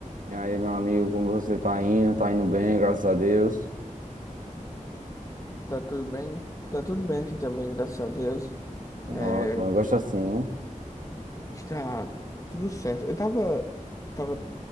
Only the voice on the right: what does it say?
E aí, meu amigo, como você tá indo? Tá indo bem, graças a Deus.
Ótimo,
eu gosto assim, né?